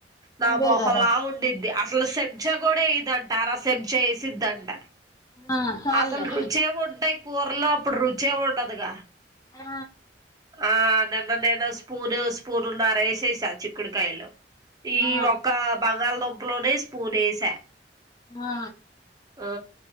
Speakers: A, on the right; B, on the left.
A: నా
B: అదే
A: మొహం
B: కదా
A: లా ఉండిది అ సలు సెబ్జా కూడా ఏయ్యదంట అర సెబ్జా వేసిద్దంట
B: ఆ చాల్లే
A: అసలు రుచేముంటాయ్ కూరలో అప్పుడు రుచే ఉండదుగా
B: ఆ
A: ఆ నిన్న నేను స్పూను స్పూనున్నర ఏశేషా చిక్కుడుకాయలో ఈ
B: ఆ
A: ఒక్క బంగాళదుంపలోనే స్పూన్ ఏసా
B: ఆ ఆ
A: ఆ